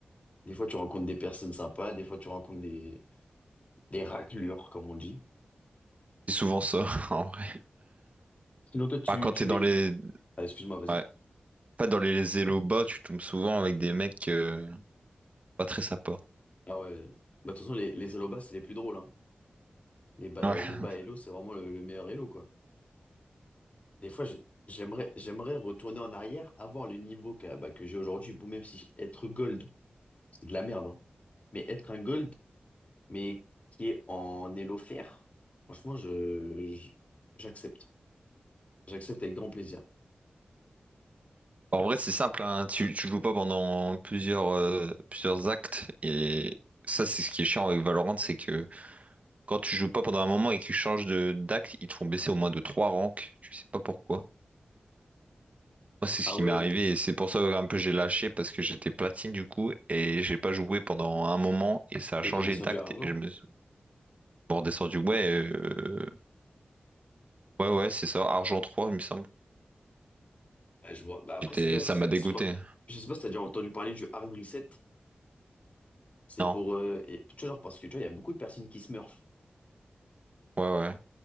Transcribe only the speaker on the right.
C'est souvent ça, <laughs> en vrai.
Bah, quand
t'es
dans les...
Ouais. Pas dans les élos bas, tu tombes souvent avec des mecs euh, pas très sympas.
Ouais.
Enfin,
En vrai, c'est simple, hein. Tu, tu joues pas pendant plusieurs, euh, plusieurs actes, et ça, c'est ce qui est chiant avec Valorant, c'est que Quand tu joues pas pendant un moment et que tu changes de d'acte, ils te font baisser au moins de trois ranks. Tu sais pas pourquoi. Moi, c'est ce
qui
m'est arrivé et c'est pour ça un peu j'ai lâché parce que j'étais platine du coup et j'ai pas joué pendant un moment et ça a
changé
d'acte
et je me suis bon, redescendu. Ouais, euh, ouais, ouais, c'est ça, argent 3 il me semble.
J'étais,
ça
m'a dégoûté.
Non,
ouais, ouais.